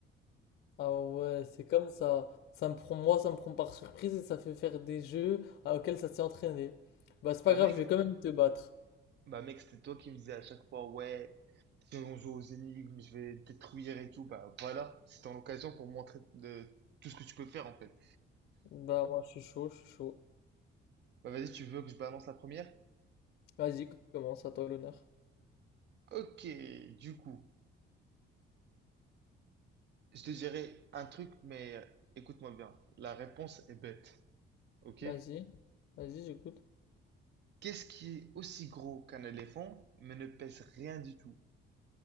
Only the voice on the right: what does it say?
Bah
mec,
Bah mec, c'était toi qui me disais à chaque fois, ouais, si on joue aux énigmes, je vais détruire et tout. Bah voilà, c'était en l'occasion pour montrer de- tout ce que tu peux faire en fait.
Bah vas-y, tu veux que je balance la première?
Ok, du coup, je te dirai un truc, mais euh, écoute-moi bien. La réponse est bête, ok?
Qu'est-ce qui est aussi gros qu'un éléphant, mais ne pèse rien du tout?